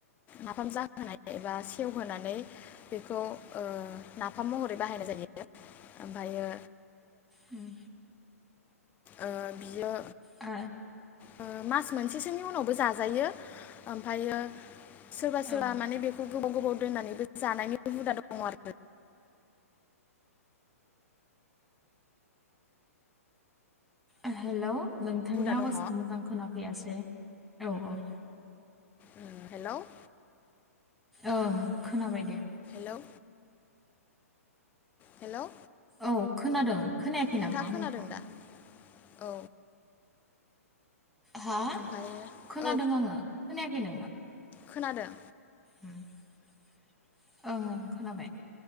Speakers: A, on the left; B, in the centre.
A: नाफाम जाहो खानाय एबा सेवहोनानै बेखौ ओ नाफाम महरै बाहायनाय जायो ओमफायो,
B: उम।
A: ओ बियो
B: आ
A: ओ मास मोनसेसोनि उनावबो जाजायो ओमफ्रायो सोरबा सोरबा
B: औ
A: माने बेखौ गोबाव गोबाव दोननानैबो जानायनि हुदा दङ आरो
B: ओ हेल्लव। नोंथांनि
A: हुदा
B: आवाजखौ
A: दङ
B: मोजां खोनाफैयासै। औ औ।
A: उम हेलव?
B: ओं खोनाबाय दे।
A: लौ हेलौ
B: औ खोनादों खोनायाखै
A: नोंथाङा
B: नामा आंनिखौ?
A: खोनादों दा औ
B: हा
A: ओमफ्रायो
B: खोनादों
A: औ
B: आङो खोनायाखै नोङो?
A: खोनादों?
B: उम <unintelligible> ओं ओं खोनाबाय।